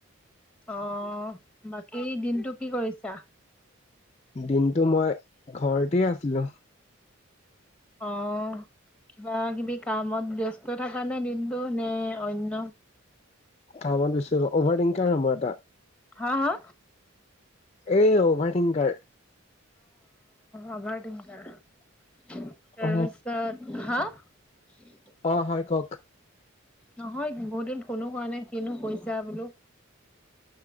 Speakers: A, in the centre; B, on the left.
A: অহ, বাকী দিনতটো কি কৰিছা?
B: দিন টো মই ঘৰতেই আছিলো।
A: অহ কিবা কিবি কামত ব্যস্ত থকা নে দিনটো নে ঐন?
B: কামত দিছোঁ অভাৰটিংকাৰ হোম মই এটা,
A: হা হা?
B: এই অভাৰটিংকাৰ।
A: অভাৰ্থিনকাৰ। তাৰ
B: অ
A: পিছত হা? <unintelligible>
B: অহ হয় কওক?
A: নহয় বহুত দিন ফোনও কাৰ নাই কিনো কৰিছা বোলো।